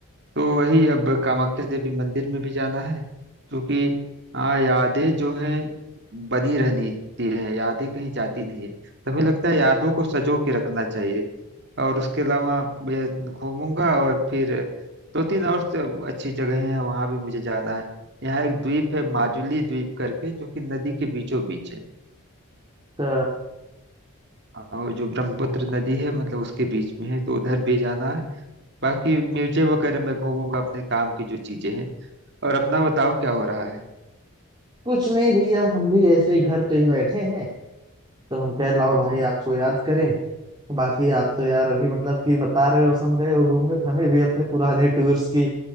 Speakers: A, on the right; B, on the right.
A: तो वही अब कामाख्या देवी मंदिर में भी जाना है क्योंकि हाँ यादें जो हैं बनी रहनी है यादें कहीं जाती नहीं है तो हमें लगता है यादों को सजो के रखना चाहिए और उसके अलावा मैं घूमूंगा और फिर दो तीन और से अच्छी जगह हैं वहां भी मुझे जाना है यहाँ एक द्वीप है माजुली द्वीप करके जो कि नदी के बीचों बीच है
B: तो
A: और जो ब्रह्मपुत्र नदी है मतलब उसके बीच में है तो उधर भी जाना है बाकी म्यूजियम वगैरह में घूमूंगा अपने काम की जो चीजें हैं और अपना बताओ क्या हो रहा है
B: कुछ नहीं भैया हम भी ऐसे ही घर पे ही बैठे हैं तो हम कह लाओ
A: हम्म।
B: भाई आपको याद करें बाकी आप तो यार अभी मतलब कि बता रहे हो हम गए हो घूमने तो हमें भी अपने पुराने टूर्स की